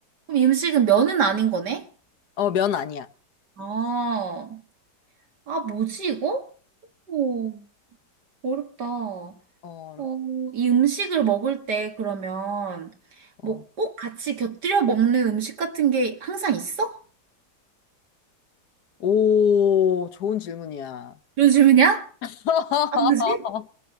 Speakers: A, on the right (about 75°); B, on the left (about 70°).
A: 그럼 이 음식은 면은 아닌 거네?
B: 어, 면 아니야.
A: 아, 아, 뭐지, 이거? 오, 어렵다. 어,
B: 어,
A: 이 음식을 먹을 때 그러면
B: 어.
A: 뭐 꼭 같이 곁들여 먹는 음식 같은 게 항상 있어?
B: 오, 좋은 질문이야.
A: 그런 질문이야?
B: <laughs>
A: 아, 뭐지?